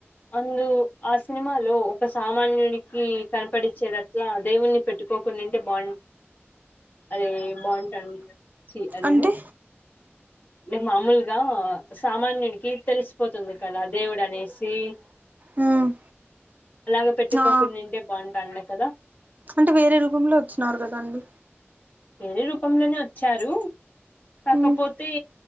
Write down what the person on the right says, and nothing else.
అంటే
మ్మ్
ఆ
అంటే వేరే రూపంలో వచ్చినారు కదాండి
మ్మ్